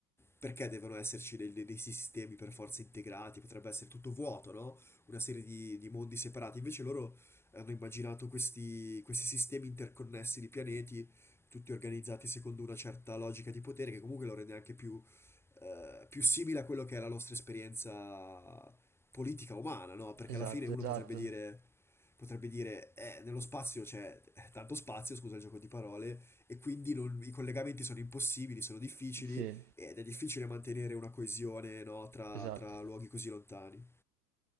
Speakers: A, in the centre; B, on the right.
A: perché devono esserci dei, dei- dei sistemi per forza integrati? Potrebbe essere tutto vuoto, no? Una serie di, di mondi separati. Invece loro hanno immaginato questi, questi sistemi interconnessi di pianeti, tutti organizzati secondo una certa logica di potere, che comunque lo rende anche più, eh, più simile a quello che è la nostra esperienza politica umana, no? Perché
B: Esatto,
A: alla fine uno
B: esatto.
A: potrebbe dire, potrebbe dire, eh, nello spazio c'è tanto spazio, scusa il gioco di parole, e quindi non- i collegamenti sono impossibili, sono difficili,
B: Sì,
A: ed è difficile mantenere una coesione, no, tra,
B: esatto.
A: tra luoghi così lontani.